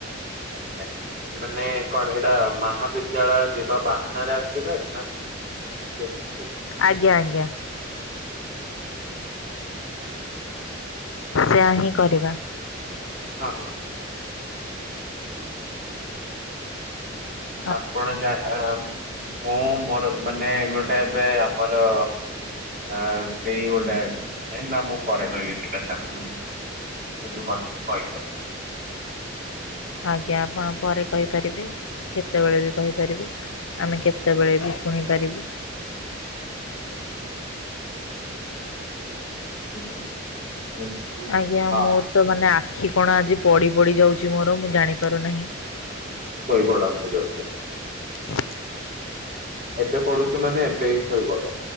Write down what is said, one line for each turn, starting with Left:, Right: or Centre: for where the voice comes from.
Right: ଆଜ୍ଞା ମାନେ କଣ ଏଇଟା ମହାବିଦ୍ୟାଳୟ ଯିବା ବାହାନାରେ ଆସିବେ ନା କେମିତି?
Left: ଆଜ୍ଞା ଆଜ୍ଞା। ସେଇଆ ହିଁ କରିବା।
Right: ହଁ ହଁ।
Left: ହ
Right: ଆପଣ ଯା ଆ ମୁଁ ମୋର ମାନେ ଗୋଟେ ଏବେ ଆମର ଆ ସେଇ ଗୋଟ ଏ ନ ମୁ ପରେ କହିବି ସେଟା ଛାଡ଼। ଏନ୍ତୁ ଭାଉଚି କହି କରି
Left: ଆଜ୍ଞା ଆପଣ ପରେ କହିପାରିବେ କେତେବେଳେ ବି କହିପାରିବେ। ଆମେ କେତେବେଳେ ବି ଶୁଣିପାରିବୁ।
Right: <unintelligible> ହୁଁ।
Left: ଆଜ୍ଞା
Right: ହଁ
Left: ମୁ ତ ମାନେ ଆଖି କଣ ଆଜି ପଡ଼ି ପଡ଼ି ଯାଉଛି ମୋର ମୁଁ ଜାଣିପାରୁନେହିଁ।
Right: ସୋଇ ପଡ଼ନ୍ତୁ ଯଲ୍ଦି।
Left: ହ
Right: ଏବେ ପଡୁଛୁ ମାନେ ଏବେ ହି ଶୋଇ ପଡ